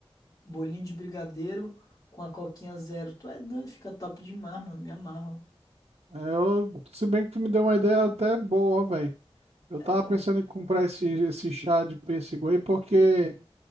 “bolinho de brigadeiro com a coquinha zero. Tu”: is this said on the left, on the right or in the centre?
Left